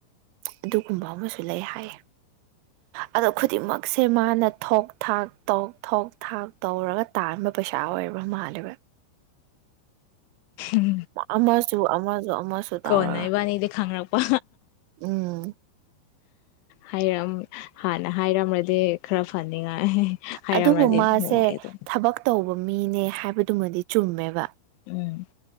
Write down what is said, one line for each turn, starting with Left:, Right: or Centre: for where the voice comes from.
Right: ꯑꯗꯨꯒꯨꯝꯕ ꯑꯃꯁꯨ ꯂꯩ ꯍꯥꯏꯌꯦ ꯑꯗꯣ ꯈꯨꯗꯤꯡꯃꯛꯁꯦ ꯃꯥꯅ ꯊꯣꯛ ꯊꯥꯛ ꯇꯣꯛ ꯊ ꯊꯣꯛ ꯊꯥꯛ ꯇꯧꯔꯒ ꯇꯥꯟꯕ ꯄꯩꯁꯥ ꯑꯣꯏꯕ꯭ꯔꯥ ꯃꯥꯜꯂꯦꯕ꯭ꯔ
Left: ꯝ
Right: ꯑꯃꯁꯨ ꯑꯃꯁꯨ ꯑꯃꯁꯨ ꯇꯧꯔꯒ
Left: ꯀꯣꯟꯅ ꯏꯕꯥꯅꯤꯗꯤ ꯈꯪꯔꯛꯄ
Right: ꯎꯝ
Left: ꯍꯥꯏꯔ ꯍꯥꯟꯅ ꯍꯥꯏꯔꯝꯃ꯭ꯔꯗꯤ ꯈꯔ ꯐꯅꯤꯡꯉꯥꯏ ꯍꯥꯏꯔꯝ꯭ꯔꯗꯤ
Right: ꯑꯗꯨꯕꯨ ꯃꯥꯁꯦ
Left: ꯅꯨꯡꯉꯥꯏ ꯑꯗꯨꯝ
Right: ꯊꯕꯛ ꯇꯧꯕ ꯃꯤꯅꯦ ꯍꯥꯏꯕꯗꯨꯃꯗꯤ ꯆꯨꯝꯃꯦꯕ
Left: ꯎꯝ